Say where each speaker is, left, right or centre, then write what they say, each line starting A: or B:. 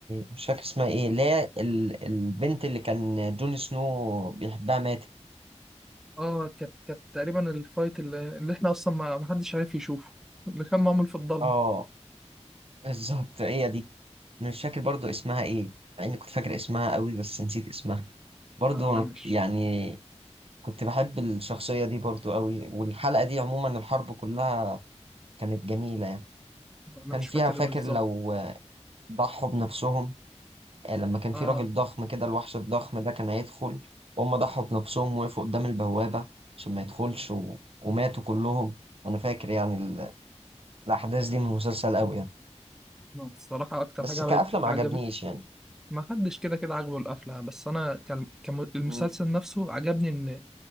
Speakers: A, on the right; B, in the centre.
A: مش فاكر اسمها ايه اللي هي ال... البنت اللي كان جون سنو بيحبها ماتت
B: اه كانت كانت تقريبا الفايت اللي, اللي احنا اصلا ما ما حدش عارف يشوفه اللي كان معمول في الضلمة
A: اه بالظبط هي دي أنا مش فاكر برضو اسمها ايه مع اني كنت فاكر اسمها قوي بس نسيت اسمها برضو
B: لا انا مش
A: يعني كنت بحب الشخصية دي برضو قوي والحلقة دي عموما الحرب كلها كانت جميلة يعني
B: انا
A: كان
B: مش
A: فيها
B: فاكر
A: فاكر
B: بالظبط
A: لو ضحوا بنفسهم آه، لما كان
B: اه
A: في راجل ضخم كده الوحش الضخم ده كان هيدخل وهم ضحوا بنفسهم وقفوا قدام البوابة عشان ما يدخلش و... وماتوا كلهم أنا فاكر يعني ال... الأحداث دي من المسلسل أوي يعني
B: لا، الصراحة اكتر
A: بس
B: حاجة عجبت
A: كقفلة ما
B: عجبتني
A: عجبنيش يعني
B: ما حدش كده كده عاجبه القفله بس انا كان المسلسل
A: م-
B: نفسه عجبني ان